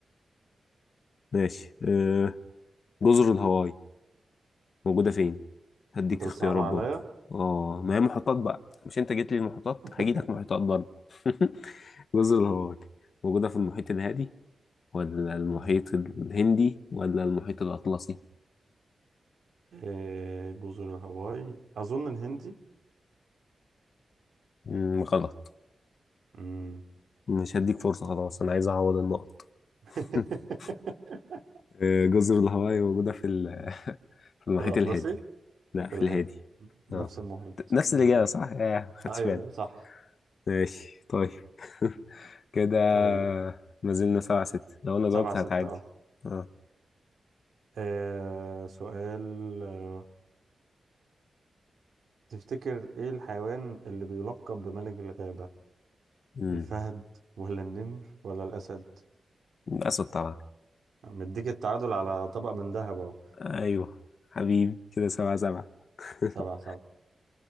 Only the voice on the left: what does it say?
ماشي آه، جزر الهواي موجودة فين؟ هديك
اختيارات
برضو اه ما هي محيطات بقى مش انت جيت لي المحيطات
هجيلك محيطات برضو <laughs> جزر الهواي موجودة في المحيط الهادي ولا المحيط الهندي ولا المحيط الأطلسي؟
مم، غلط
مش هديك فرصة خلاص أنا عايز أعوض النقط <laughs>
آه، جزر الهواي موجودة في ال- <laughs> في المحيط
الهادي لا في
الهادي
اه
نفس
الإجابة صح؟ ياه ما خدتش
بالي
ماشي طيب <laughs> كده
ما زلنا سبعة ستة لو أنا
جاوبت
هتعادل
اه
امم
أسود طبعا
أيوه حبيبي كده سبعة سبعة <laughs>